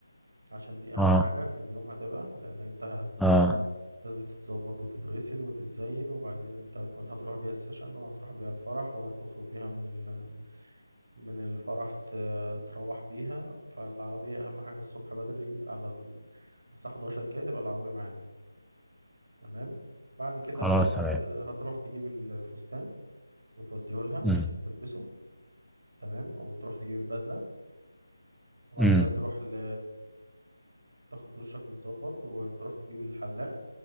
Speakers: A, on the right (about 75°); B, in the centre.
A: عشان دي اهم
B: اه
A: حاجة في اليوم هتبقى لان انت هت
B: اه
A: لازم تتظبط وتتغسل وتتزين وبعدين انت كمان هتروح بيها السيشن وهتروح بيها الفرح وهتخرج بيها من ال... من الفرح ت... تروح بيها فالعربية أهم حاجة الصبح بدري على ال- الساعة 11 كده تبقى العربية معانا تمام بعد كده
B: خلاص
A: هت...
B: تمام
A: هتروح تجيب الفستان وتوديه لها
B: امم
A: عشان تلبسه تمام وتروح تجيب البدلة وبعد
B: امم
A: كده تروح ل... تاخد دشك وتظبط وتروح تجيب الحلاق